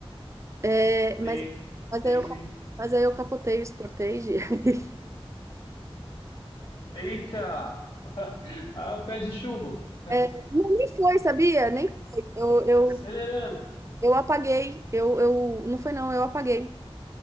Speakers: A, on the right; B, on the left.
A: É, mas,
B: Sim,
A: mas,
B: sim,
A: aí eu,
B: sim.
A: mas aí eu capotei o Sportage. <laughs>
B: Eita! <laughs> Ah, pé de chumbo. <laughs>
A: É, não, nem foi, sabia? Nem foi. Eu,
B: Ace-
A: eu,
B: Acelerando.
A: eu apaguei. Eu, eu, não foi, não, eu apaguei.